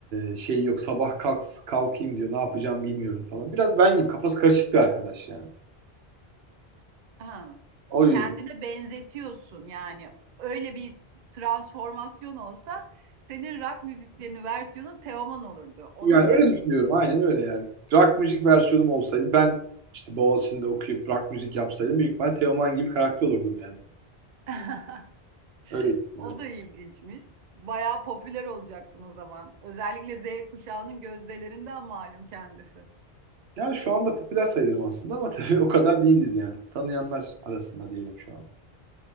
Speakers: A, on the right; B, on the right.
A: e, şey yok. Sabah kalks, kalkayım diyor. Ne yapacağım bilmiyorum falan. Biraz ben gibi kafası karışık bir arkadaş yani.
B: Ha.
A: O yüzden
B: Kendine benzetiyorsun yani. Öyle bir transformasyon olsa senin rock müzisyeni versiyonun Teoman olurdu. Onu
A: Yani
B: mu
A: öyle
B: demek?
A: düşünüyorum. Aynen öyle yani. Rock müzik versiyonum olsaydı ben işte Boğaziçi'nde okuyup rock müzik yapsaydım büyük ihtimalle Teoman gibi karakter olurdum yani.
B: <laughs>
A: Öyle düşünüyorum.
B: O da ilginçmiş. Bayağı popüler olacaktın o zaman. Özellikle Z kuşağının gözdelerinden malum kendisi.
A: Yani şu anda popüler sayılırım aslında ama <laughs> tabii o kadar değiliz yani. Tanıyanlar arasında diyelim şu an.